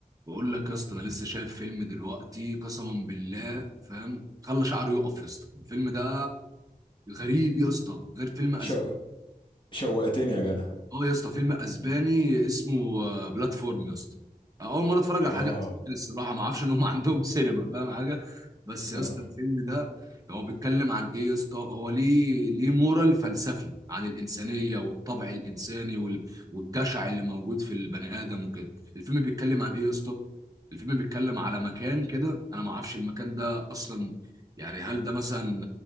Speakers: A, on the right (about 25°); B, on the left (about 30°).
A: بقول لك يا اسطى انا لسه شايف فيلم دلوقتي قسما بالله فاهم خلى شعره يقف يا اسطى الفيلم ده غريب يا اسطى غير فيلم
B: شو... شوقتني يا جدع
A: اه يا اسطى فيلم اسباني اسمه آه، بلاتفورم يا اسطى اول مره اتفرج على
B: اه
A: حاجه اسباني الصراحه ما اعرفش ان هم <laughs> عندهم سينما فاهم حاجه بس
B: اه
A: يا اسطى الفيلم ده هو بيتكلم عن ايه يا اسطى هو ليه ليه مورال فلسفي عن الانسانيه والطبع الانساني وال... والجشع اللي موجود في البني ادم وكده الفيلم بيتكلم عن ايه يا اسطى الفيلم بيتكلم على مكان كده انا ما اعرفش المكان ده اصلا يعني هل ده مثلا